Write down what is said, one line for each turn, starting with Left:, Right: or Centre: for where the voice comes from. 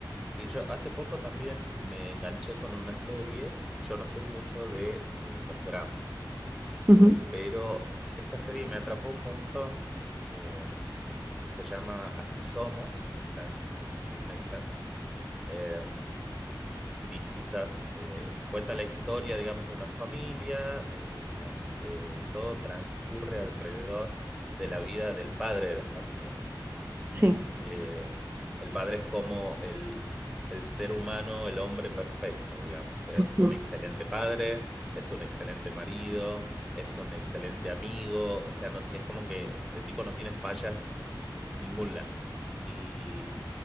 Centre: Sí, yo hace poco también me enganché con una serie. Yo no soy mucho de eh, los dramas,
Right: Ujú,
Centre: eh, pero esta serie me atrapó un montón. em, se llama Así Somos, está en, en Disney Plus. Eh, This Is Us, eh, cuenta la historia, digamos, de una familia eh, donde todo transcurre alrededor de la vida del padre de la familia, digamos.
Right: Sí.
Centre: Eh, el padre es como el, el ser humano, el hombre perfecto, digamos. Es
Right: Ujú,
Centre: un excelente padre, es un excelente marido, es un excelente amigo, o sea, no, ti- es como que el tipo no tiene fallas en, en ningún lado. Y